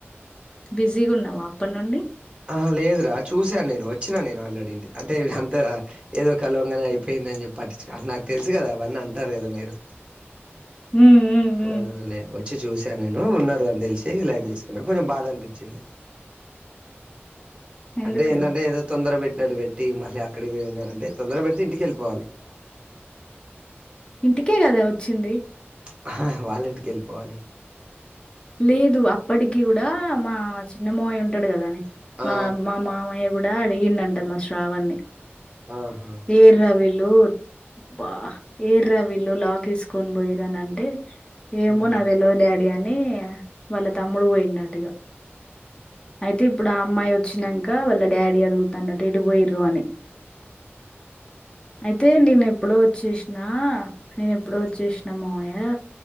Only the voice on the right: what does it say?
ఆ లేదు రా చూసాను నేను వచ్చినాను నేను ఆల్రెడీ ఇంటి అంటే అంత ఏదో కలవంగానే అయిపోయింది అని చెప్పి పట్టి అట్ల నాకు తెలుసు కదా అవన్ని అంటారు కదా మీరు
ఆ లే వొచ్ వచ్చి చూసాను నేను ఉన్నారు అని తెలిసి లైట్ తీసుకున్నా కొంచెం బాధ అనిపించిది
అంటే ఏందంటే ఏదో తొందర పెట్ పెట్టి మళ్ళీ అక్కడికి పోయి ఉన్నా అంటే తొందర పెడితే ఇంటికె వెళ్ళిపోవాలి
ప్చ్ ఆహాహా వాళ్ళ ఇంటికి వెళ్ళిపోవాలి
ఆ
ఆహా
ఉమ్,